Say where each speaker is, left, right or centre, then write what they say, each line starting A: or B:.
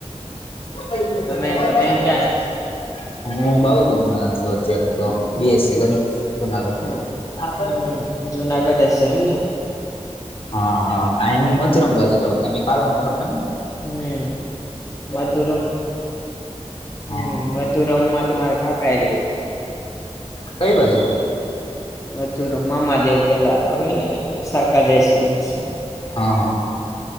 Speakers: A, on the left; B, on the left.
A: પડીને
B: તમે
A: <unintelligible>
B: તમે ક્યાં
A: અને હ બઉ દિનમાં છું અત્યારે તો બી એસ સી કરું. સુના
B: છો
A: હા
B: હમ જુનાગઢ હશે એમને
A: હા હા હું મચરમ બાજુ તમે કાઢવા માર ને ને
B: હ વધુ રમ
A: હા
B: હ વધુ મધુરમમાં તો માર કાકા રહે
A: કઈ બાજુ?
B: મધુર મામાદેવ પેલા આવે ને સાકાર રેસીિડેન્સમાં
A: હા હા